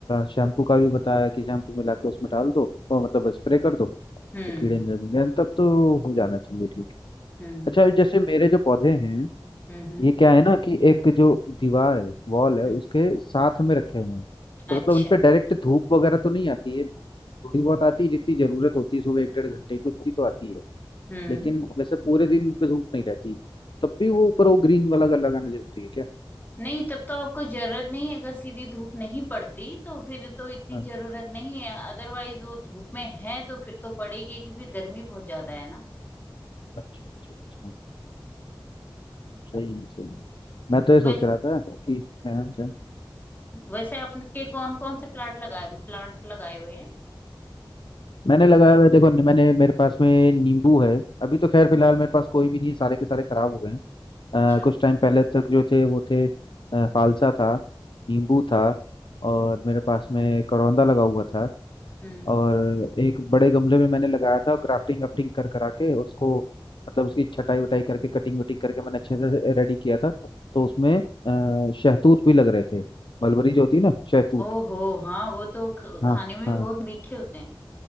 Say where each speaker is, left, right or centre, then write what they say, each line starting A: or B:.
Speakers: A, on the left; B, on the left.
A: शैम्पू का भी बताया कि शैम्पू मिला के उसमें डाल दो वो मतलब स्प्रे कर दो
B: हम्म
A: तो कीड़े नहीं लगेंगे तब तो हो जाना चाहिए ठीक है
B: हम्म
A: अच्छा जैसे मेरे जो पौधे हैं
B: हम्म हम्म,
A: ये क्या है ना कि एक जो दीवार है वॉल है
B: हम्म।
A: उसके साथ में रखे हुए हैं
B: अच्छा
A: तो मतलब उन पे डायरेक्ट धूप वगैरह तो नहीं आती है थोड़ी बहुत आती है जितनी जरूरत होती है सुबह एक डेढ़ घंटे की उतनी तो आती है
B: हम्म
A: लेकिन वैसे पूरे दिन उन पे धूप नहीं रहती तब भी वो ऊपर वो ग्रीन वाला कलर लगाना जरूरी है क्या
B: नहीं तब तो आपको जरूरत नहीं है अगर सीधी धूप नहीं पड़ती तो फिर तो इतनी
A: हाँ,
B: जरूरत नहीं है अदरवाइज वो धूप में है तो फिर तो पड़ेगी क्योंकि गर्मी बहुत ज्यादा है ना
A: अच्छा अच्छा अच्छा सही है सही है मैं तो ये सोच
B: वैस
A: रहा था कि हाँ क्या
B: वैसे आपके कौन कौन से प्लांट लगाए प्लांट लगाए हुए हैं
A: मैंने लगाया हुआ है देखो मैंने मेरे पास में नींबू है अभी तो खैर
B: हम्म,
A: फिलहाल मेरे पास कोई भी नहीं है, सारे के सारे खराब हो गए हैं
B: अच्छा
A: अ, कुछ टाइम पहले तक जो थे वो थे अ, फालसा था नींबू था और मेरे पास में करौंदा लगा हुआ था
B: हम्म
A: और एक बड़े गमले में मैंने लगाया था ग्राफ्टिंग वाफ्टिंग कर करा के उसको मतलब उसकी छटाई वटाई करके कटिंग वटिंग करके मैंने अच्छे से रेडी किया था तो उसमें अ, शहतूत भी लग रहे थे मलबरी जो होती है ना शहतूत
B: ओहो हाँ वो तो ख-
A: हाँ
B: खाने में भी
A: हाँ
B: बहुत मीठे होते हैं